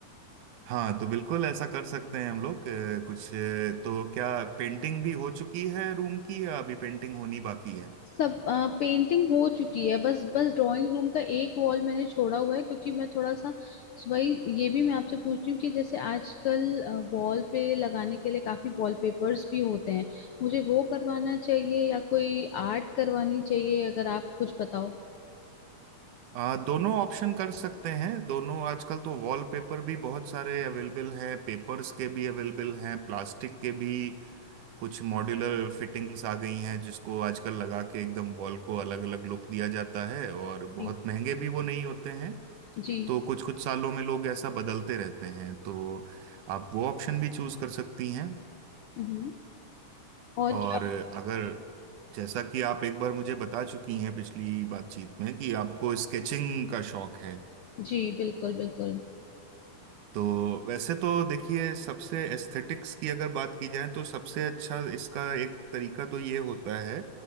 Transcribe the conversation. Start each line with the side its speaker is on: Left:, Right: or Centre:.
Right: हाँ तो बिल्कुल ऐसा कर सकते हैं हम लोग अ, कुछ अ, तो क्या पेंटिंग भी हो चुकी है रूम की या अभी पेंटिंग होनी बाकी है
Left: सब पेंटिंग हो चुकी है बस बस ड्राइंग रूम का एक वॉल मैंने छोड़ा हुआ है क्योंकि मैं थोड़ा सा वही ये भी मैं आपसे पूछ रही हूँ कि जैसे आजकल वॉल पे लगाने के लिए काफी वॉलपेपर्स भी होते हैं मुझे वो करवाना चाहिए या कोई आर्ट करवानी चाहिए अगर आप कुछ बताओ
Right: आ, दोनों ऑप्शन कर सकते हैं दोनों आजकल तो वॉलपेपर भी बहुत सारे अवेलेबल हैं पेपर्स के भी अवेलेबल हैं प्लास्टिक के भी कुछ मॉड्यूलर फिटिंग्स आ गई हैं जिसको आजकल लगा के एकदम वॉल को अलग अलग लुक दिया जाता है और बहुत
Left: जी
Right: महंगे भी वो नहीं होते हैं
Left: जी
Right: तो कुछ कुछ सालों में लोग ऐसा बदलते रहते हैं तो आप वो ऑप्शन भी चूज कर सकती हैं
Left: हम्म और
Right: और
Left: क्या
Right: अगर जैसा कि आप एक बार मुझे बता चुकी हैं पिछली बातचीत में कि आपको स्केचिंग का शौक है
Left: जी बिल्कुल बिल्कुल
Right: तो वैसे तो देखिए सबसे एस्थेटिक्स की अगर बात की जाए तो सबसे अच्छा इसका एक तरीका तो ये होता है